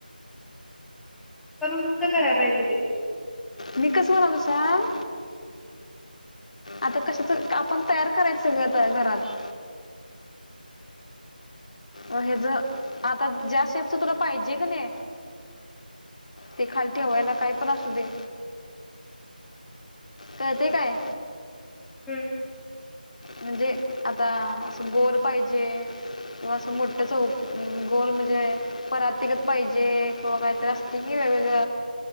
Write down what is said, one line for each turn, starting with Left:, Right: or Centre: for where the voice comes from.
Centre: पण उंच करायला पाहिजे ते.
Left: मी कसं मारू सांग आता कशाच आपण तयार करायच सगळं घरात. अ हे ज आता ज्या शेपच तुला पाहिजे क नी, ते खाली ठेवायला काय पण असू दे कळते काय.
Centre: हम्म.
Left: म्हणजे आता असं गोल पाहिजे किंवा असं मोठ चौक गोल म्हणजे परातिगत पाहिजे किंवा काहीतरी असते कि वेगवेगळ